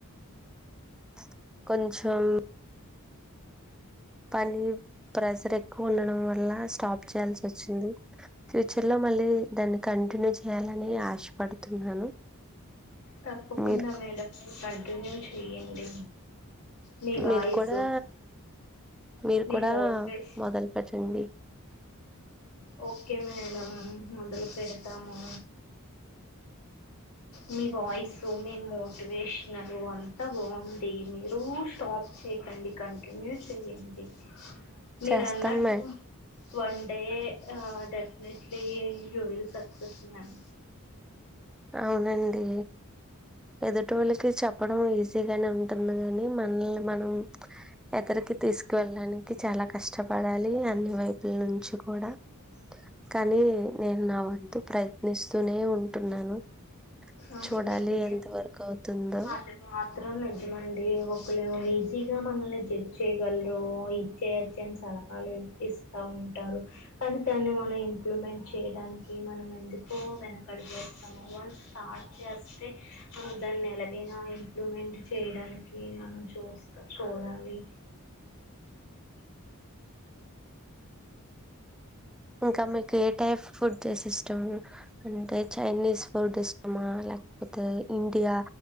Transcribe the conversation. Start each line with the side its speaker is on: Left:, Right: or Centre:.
Centre: అ కొంచెం పని ప్రెజర్ ఎక్కువ ఉండడం వల్ల స్టాప్ చేయాల్సి వచ్చింది ఫ్యూచర్ లో మళ్ళీ మళ్ళీ దాన్ని కంటిన్యూ చేయాలని ఆశపడుతున్నాను
Left: తప్పకుండా
Centre: మీరు
Left: మేడం మీర్ కంటిన్యూ చెయ్యండి మీ వాయిసు
Centre: మీరు కూడా మీరు
Left: మీ
Centre: కూడా
Left: మోటివేషన్
Centre: మొదలు పెట్టండి
Left: ఓకే మేడం మొదలుపెడదాము మీ వాయిస్ మీ మోటివేషనల్ అంతా బాగుంది మీరు స్టాప్ చేయకండి కంటిన్యూ చేయండి మీరు
Centre: చేస్తాం
Left: అన్నట్టు
Centre: మ
Left: one <unintelligible> definitely you will success ma'am
Centre: అవునండి ఎదుటి వాళ్ళకి చెప్పడం ఈజీగానే ఉంటుంది గానీ మనల్ని మనం ఎక్కడికి తీసుకువెళ్ళడానికి చాలా కష్టపడాలి అన్ని వైపుల నుంచి కూడా కానీ నేను నా వంతు ప్రయత్నిస్తూనే ఉంటున్నాను
Left: అవునండి
Centre: చూడాలి ఎంత వరకు అవుతుందో
Left: అది మాత్రం ని జమండి ఒకళ్ళు ఈజీగా మనల్ని జడ్జ్ చేయకూడదు. ఇది చేయ్ అది చెయ్ అని సలహ లే ఇస్తా ఉంటారు కానీ దాన్ని మనం ఇంప్రూవ్మెంట్ చేయడానికి మనం ఎందుకో వెన కాడుతాము వన్ స్టార్ట్ చేస్తే దాన్ని ఎలాగైనా ఇంప్రూవ్మెంట్ చేయడానికి మనం చూస్త చూడాలి
Centre: ఇంకా మీకు ఏ టైపు ఫుడ్డీస్ ఇష్టం అంటే చైనీస్ ఫుడ్ ఇష్టమా లే కపోతే ఇండియా